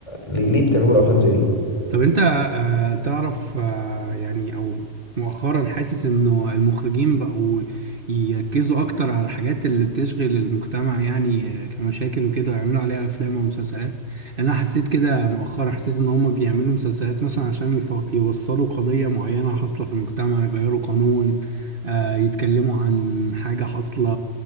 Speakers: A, on the left; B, on the right.
A: ليه ليه بتعملوا افلام زي دي
B: طب انت آه تعرف آه يعني او مؤخرا حاسس انه المخرجين بقوا يركزوا اكتر على الحاجات اللي بتشغل المجتمع يعني آه، كمشاكل وكده ويعملوا عليها افلام ومسلسلات انا حسيت كده مؤخرا حسيت ان هم بيعملوا مسلسلات مثلا عشان يف- يوصلوا قضية معينة حاصلة في المجتمع يغيروا قانون آه يتكلموا عن حاجة حاصلة